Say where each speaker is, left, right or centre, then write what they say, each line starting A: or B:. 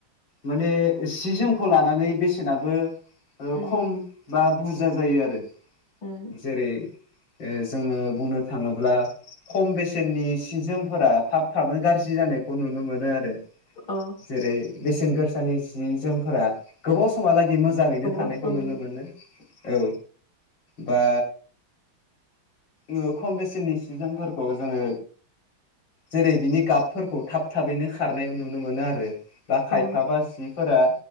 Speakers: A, on the left; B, on the left.
A: माने सि जोमखौ लानानै बेसेनाबो ओ
B: उम
A: खम बा बुरजा जायो आरो
B: उम
A: जेरै ओ जोङो बुंनो थाङोब्ला खम बेसेननि सि जोमफोरा थाब थाबनो गाज्रि जानाय खौ नुनो मोनो आरो
B: अ
A: जेरै बेसेन गोरसानि जि जोमफोरा गोबाव समहालाग मो- जाङैनो
B: गोबाव
A: थानायखौ
B: सम
A: नुनो मोनो औ बा ओ खम बेसेननि सि जोमफोरखौ जोङो जेरै बिनि गाबफोरखौ थाब थाबैनो खारनाय नुनो मोनो आरो बा खायफा
B: औ
A: बा जिफोरा